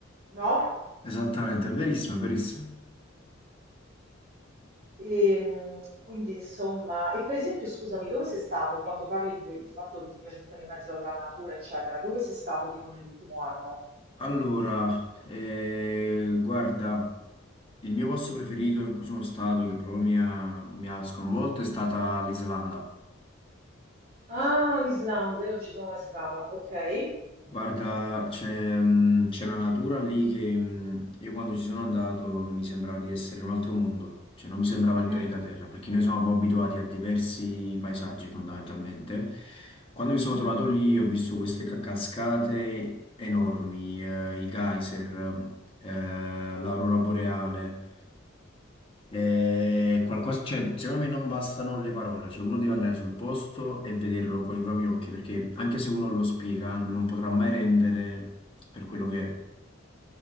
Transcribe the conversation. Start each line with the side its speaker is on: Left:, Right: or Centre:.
Right: no?
Left: Esattamente, è verissimo, è verissimo.
Right: E, mh, quindi insomma... E per esempio, scusami, dove sei stato quando parli del fatto che ti piace stare in mezzo alla natura, eccetera? Dove sei stato tipo nell'ultimo anno?
Left: Allora, eh, guarda, il mio posto preferito in cui sono stato, che proprio mi ha, mi ha sconvolto, è stata l'Islanda.
Right: Ah, l'Islanda, io non ci sono mai stata. Ok.
Left: Guarda, c'è mh, c'è una natura lì che mh, io quando ci sono andato mi sembrava di essere in un altro mondo, cioè non mi sembrava
Right: Mm,
Left: il pianeta
Right: mm,
Left: Terra, perché noi siamo un po' abituati a diversi paesaggi fondamentalmente. Quando mi
Right: mhm.
Left: sono trovato lì ho visto queste ca- cascate enormi, eh, i geyser, eh, l'aurora boreale. Eh, qualcosa, cioè, secondo me non bastano le parole, cioè uno deve andare sul posto e vederlo con i propri occhi, perché anche se uno lo spiega, non potrà mai rendere per quello che è.